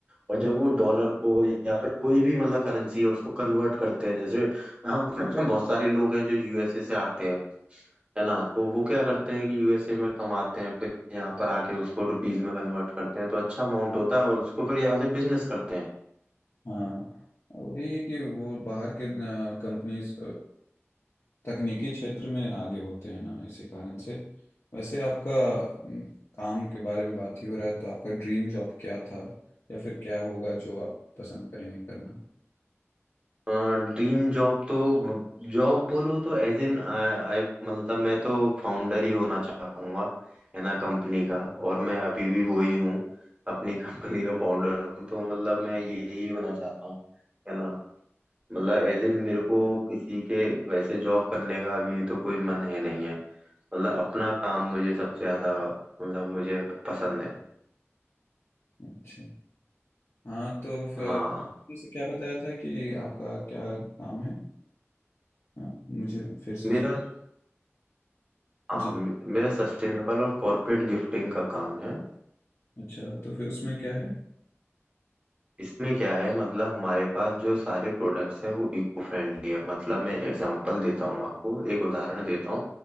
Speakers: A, on the right; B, on the left.
A: और
B: वही-
A: जब वो डॉलर को या फिर कोई भी मतलब करेंसी है उसको कन्वर्ट करते हैं जैसे हम <clears throat> बहुत सारे लोग हैं जो यूएसए से आते हैं है ना तो वो क्या करते हैं कि यूएसए में कमाते हैं फिर यहाँ पर आके उसको रुपीज में कन्वर्ट करते हैं तो अच्छा अमाउंट होता है और उसको फिर यहाँ से बिजनेस करते हैं
B: हाँ और वही है कि वो बाहर के कंपनीज तकनीकी क्षेत्र में आगे होते हैं ना इसी कारण से वैसे आपका अम, काम के बारे में बात ही हो रहा है तो आपका ड्रीम जॉब क्या था या फिर क्या होगा जो आप पसंद करेंगे करना
A: ड्रीम जॉब तो जॉब बोलो तो एज इन आई मतलब मैं तो फाउंडर ही होना चाहूंगा है ना कंपनी का और मैं अभी भी वो ही हूँ अपनी <laughs> कंपनी का फाउंडर हूँ तो मतलब मैं यही होना चाहता हूँ है ना मतलब एज इन मेरे को किसी के वैसे जॉब करने का अभी तो कोई मन है नहीं है मतलब अपना काम मुझे सबसे ज्यादा मतलब मुझे पसंद है
B: अच्छा हाँ तो फिर
A: हाँ
B: जैसे क्या बताया था कि आपका क्या काम है हाँ, मुझे फिर से
A: मेरा
B: सुन
A: हाँ
B: जी
A: मे- मेरा सस्टेनेबल और कॉर्पोरेट गिफ्टिंग का काम है
B: अच्छा तो फिर उसमें क्या है
A: इसमें क्या है मतलब हमारे पास जो सारे प्रोडक्ट्स हैं वो इको फ्रेंडली है मतलब मैं एग्जांपल देता हूँ आपको एक उदाहरण देता हूँ